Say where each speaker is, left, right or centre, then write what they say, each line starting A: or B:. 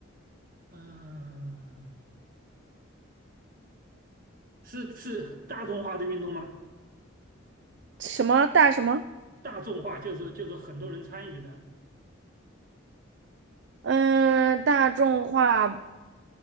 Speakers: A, on the right; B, on the right.
A: 啊？是是大众化的运动吗？
B: 什么大什么，
A: 大众化就是就是很多人参与的
B: 嗯，大众化，